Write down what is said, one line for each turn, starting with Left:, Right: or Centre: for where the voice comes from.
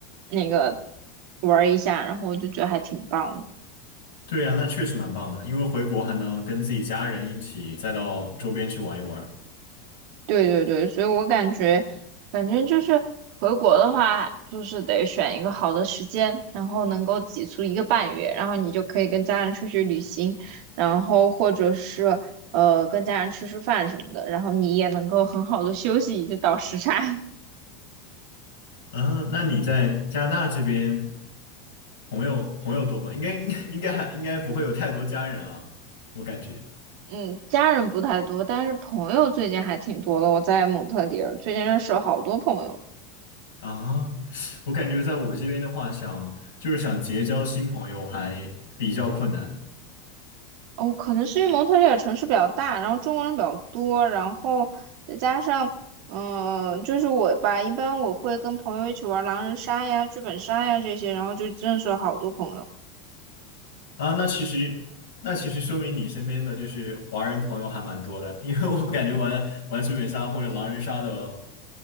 Right: 那个玩一下，然后我就觉得还挺棒的。
Left: 对呀，那确实蛮棒的，因为回国还能跟自己家人一起再到周边去玩一玩。
Right: 对对对，所以我感觉，反正就是回国的话，就是得选一个好的时间，然后能够挤出一个半月，然后你就可以跟家人出去旅行，然后或者是呃跟家人吃吃饭什么的，然后你也能够很好的休息以及倒时差。<laughs>
Left: 嗯，那你在加拿大这边朋友朋友多吗？应该应该应该还应该不会有太多家人啊，我感觉
Right: 嗯，家人不太多，但是朋友最近还挺多的。我在蒙特利尔，最近认识了好多朋友。
Left: 啊，我感觉在我这边的话想，就是想结交新朋友还比较困难
Right: 哦，可能是因为蒙特利尔城市比较大，然后中国人比较多，然后再加上，嗯、就是我吧，一般我会跟朋友一起玩狼人杀呀、剧本杀呀这些，然后就认识了好多朋友。
Left: 啊。那其实那其实说明你身边的就是华人朋友还蛮多的，因为我感觉玩玩剧本杀或者狼人杀的